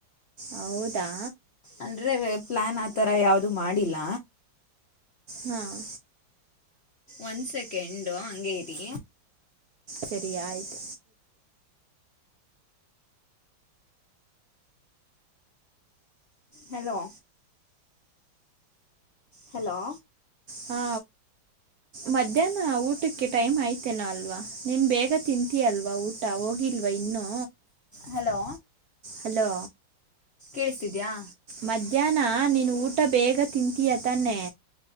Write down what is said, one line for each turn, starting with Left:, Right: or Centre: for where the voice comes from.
Right: ಹೌದಾ
Left: ಅಂದ್ರೆ ಪ್ಲಾನ್ ಆತರ ಯಾವ್ದು ಮಾಡಿಲ್ಲ
Right: ಹ್ಮ್
Left: ಒಂದ್ ಸೆಕೆಂಡು ಹಂಗ ಇರಿ
Right: ಸರಿಯಯತ
Left: ಹಲೋ ಹಲೋ
Right: ಹಾ ಮಧ್ಯಾಹ್ನ ಊಟಕ್ಕೆ ಟೈಮ್ ಐತೆೇನಾ ಅಲ್ವಾ ನೀನ್ ಬೇಗ ತಿಂತೀಯ ಅಲ್ವಾ ಊಟ ಹೋಗಿಲ್ವಾ ಇನ್ನೂ
Left: ಹಲೋ
Right: ಹಲೋ
Left: ಕೇಳಿಸ್ತಿದ್ಯಾಾ
Right: ಮಧ್ಯಾಹ್ನ ನೀನ್ ಊಟ ಬೇಗ ತಿಂತೀಯ ತಾನೆ